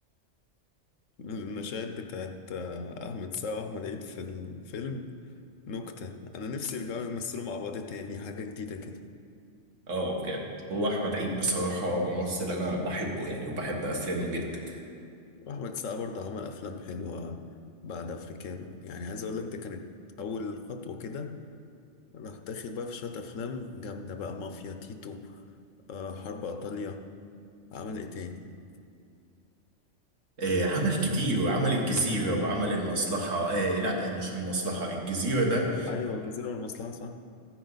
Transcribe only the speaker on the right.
اه بجد هو احمد عيد بصراحة ممثل انا بحبه يعني وبحب افلامه جدا
آه، عمل كتير وعمل الجزيرة وعمل المصلحة آه لا مش المصلحة الجزيرة ده